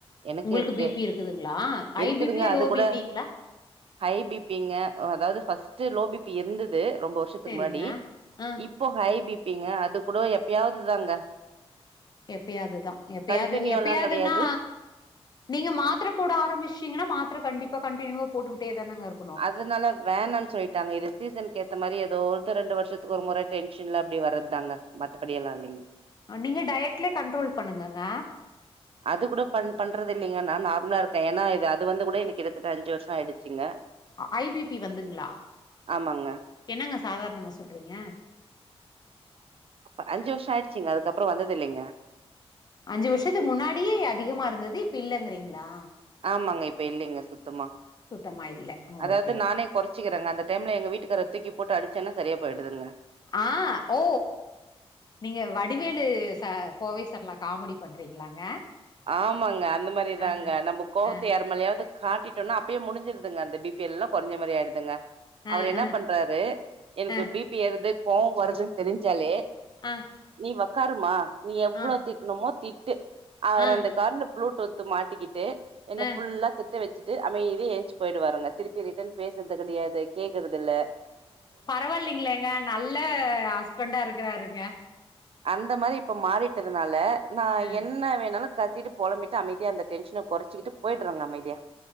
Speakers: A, on the right (about 60°); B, on the left (about 40°).
A: எனக்கு
B: உங்குளுக்கு
A: இருக்கு
B: பி பி இருக் க்குதுங்களா
A: இருக்குதுங்க
B: ஐ பி பியா
A: அது
B: லோ
A: கூட
B: பி பிங்ளா
A: ஹை பி பிங்க அதாவது ஃபர்ஸ்ட்டு லோ பி பி இருந்தது ரொம்ப வர்ஷ் ஷத்துக்கு
B: செரிங்க
A: முன்னாடி
B: ஆ
A: இப்போ ஹை பிப்பிங்க அது கூட எப்பியாதுதாங்க
B: எப்பியாதுதா எப்பியாது
A: கண்டினியூ
B: எப்பியாதுன்னா
A: எல்லா கெடையாது
B: நீங்க மாத்தர போட ஆரம்பிஷ்டீங்னா மாத்திர கண்டிப்பா கண்டினியூவா போட்டுட்டே தானங்க இருக்
A: அதனால வேணான்னு சொல்லிட்டாங்க இது சீசனுக்கு ஏத்த மாரி ஏதோ ஒரு ரெண்டு வருஷத்துக்கு முற டென்ஷன்ல அப்டி வறத்தாங்க மத்தபடியெல்லா இல்லிங்க
B: நீங்க டயட்லே கண்ட்ரோல் பண்ணுங்கங்க
A: அது கூட பண் பண்றது இல்லைங்க நா நார்மலா இருக்கே ஏனா இது அது வந்து கூட எனக்கிட்டத்தட்ட அஞ்சு வருஷோ ஆயிடுச்சுங்க
B: ஹை பி பி வந்துங்களா
A: ஆமாங்க
B: என்னங்க சாதாரணமா சொல்றீங்க
A: அப்ப அஞ்சு வருஷோ ஆயிடுச்சிங்க அதுக்கப்றோ வந்தது இல்லிங்க
B: அஞ்சு வருஷத்துக்கு முன்னாடி அதிகமா இருந்தது இப்ப இல்லங்கறீங்களா
A: ஆமாங்க இப்ப இல்லிங்க சுத்தமா
B: சுத்தமா இல்ல
A: அதாவது
B: ஓகே ஓகே
A: நானே கொறச்சிக்கிறங்க அந்த டைம்ல எங்க வீட்டுக்கார தூக்கி போட்டு அடிச்சேன்னா சரியா போயிடுதுங்க
B: ஆ ஓ நீங்க வடிவேலு சா கோவை சரளா காமெடி பண்றீங்களாங்க
A: ஆமாங்க அந்த மாரிதாங்க
B: ஆ
A: நம்ம கோவத்து
B: ஆ
A: யார் மேலயாவது காட்டிட்டோனா அப்பயே முடிஞ்சிருதுங்க அந்த பி பி எல்லாம் கொறஞ்ச மாரி ஆயிடுதுங்க
B: ஆ
A: அவரு என்ன
B: ஆ
A: பண்றாரு எனக்கு
B: ஆ
A: பி பி ஏறுது கோவோ வருதுன் தெரிஞ்சாலே
B: ஆ
A: நீ வக்காருமா நீ எவ்ளோ
B: ஆ
A: திட்டனுமோ திட்டு அவர்
B: ஆ
A: அந்த காத்ல ப்ளூடூத் மாட்டிக்கிட்டு என்ன
B: ஆ
A: ஃபுல்லா திட்ட வெச்சுட்டு அமைதியா ஏஞ்ச்சி போயிடுவாருங்க திருப்பி ரிட்டன் பேசுறது கெடையாது கேக்குறதில்ல
B: பரவால்லிங்களேங்க நல்ல ஹஸ்பண்டா இருக்கறாருங்க
A: அந்த மாரி இப்ப மாறிட்டதுனால நா
B: ஆ
A: என்ன வேணாலு கத்திட்டு பொலம்பிட்டு அமைதியா அந்த டென்ஷன கொறைச்சிகிட்டு போயிட்றங்க அமைதியா